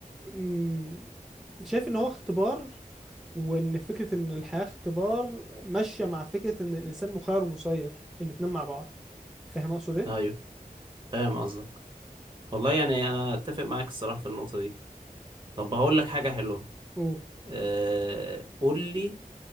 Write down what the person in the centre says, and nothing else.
مم، شايف ان هو اختبار وان فكرة ان الحياة اختبار ماشية مع فكرة ان الانسان مخير ومسير الاتنين مع بعض فاهم اقصد ايه؟
اوه